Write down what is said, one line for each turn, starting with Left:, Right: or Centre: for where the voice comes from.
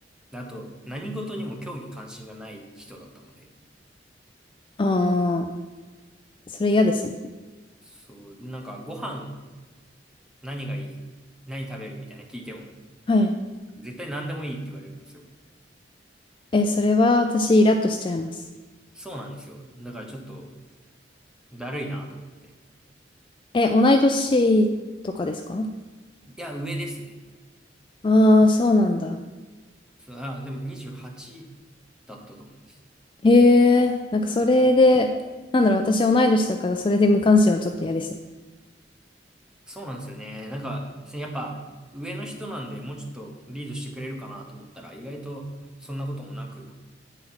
Centre: あと何事にも興味関心がない人だったので、
Left: ああ、それ嫌ですね。
Centre: そう、なんかご飯何がいい、何食べるみたいな聞いても、
Left: はい
Centre: 絶対何でもいいって言われるんですよ。
Left: え、それは私イラッとしちゃいます。
Centre: そうなんですよ。だからちょっとだるいなと思って。
Left: え、同い年とかですか
Centre: いや、上ですね。
Left: ああー、そうなんだ。
Centre: そう、あーでも28だったと思います。
Left: へえ、なんかそれで、なんだろう、私同い年だからそれで無関心はちょっと嫌ですね。
Centre: そうなんですよね。なんか、やっぱ上の人なんでもうちょっとリードしてくれるかなと思ったら、意外とそんなこともなく、